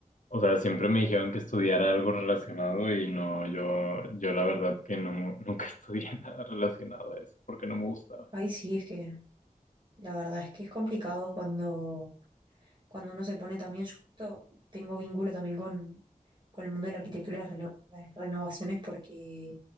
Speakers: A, on the left (about 65°); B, on the right (about 30°).
A: o sea, siempre me dijeron que estudiara algo relacionado y no, yo, yo la verdad que no, nunca <laughs> estudié nada relacionado a eso, porque no me gustaba.
B: Ay, sí, es que La verdad es que es complicado cuando, cuando uno se pone también, yo justo tengo vínculo también con, con el mundo de la arquitectura y las, reno- las renovaciones porque,